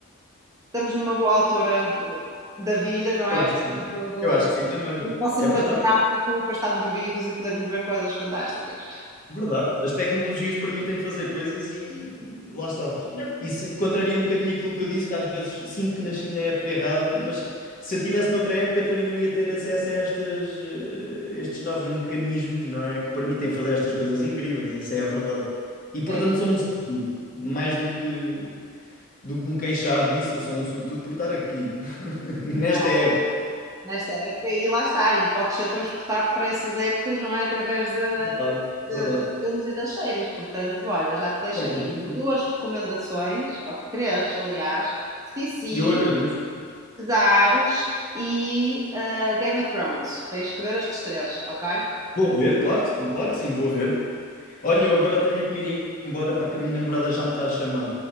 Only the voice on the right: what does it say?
estamos numa boa altura da vida, não é?
Portanto,
do,
do,
a nível cinematográfico
para estarmos vivos e podermos ver coisas fantásticas.
É,
claro,
nesta época, e lá está, e pode ser transportado para essas épocas, não é? Através da
de-
dos filmes e das séries. Portanto, olha, já te deixo
aqui duas recomendações, ou três, aliás: C. CC,
Dares e uh, Game of Thrones. Tens que ver estes três, ok?